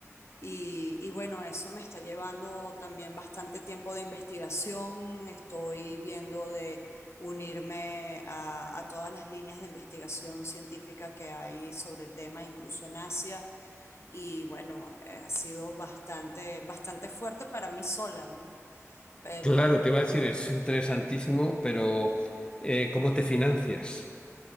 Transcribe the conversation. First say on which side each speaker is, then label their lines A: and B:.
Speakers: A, on the left (about 55°); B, on the left (about 20°).
A: Y, y bueno, eso me está llevando también bastante tiempo de investigación. Estoy viendo de unirme a, a todas las líneas de investigación científica que hay sobre el tema, incluso en Asia. Y bueno, eh, ha sido bastante, bastante fuerte para mí sola, ¿no? Pero
B: Claro, te iba a decir,
A: eh, bueno.
B: es interesantísimo, pero eh, ¿cómo te financias?